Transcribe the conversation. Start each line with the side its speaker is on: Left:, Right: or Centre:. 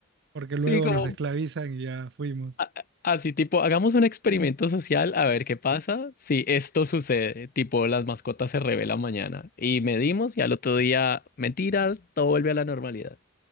Right: porque
Left: Sí,
Right: luego
Left: como
Right: nos esclavizan y ya fuimos.
Left: a- Así tipo, hagamos un experimento social a ver qué pasa si esto sucede, tipo las mascotas se revelan mañana y medimos y al otro día, mentiras, todo vuelve a la normalidad.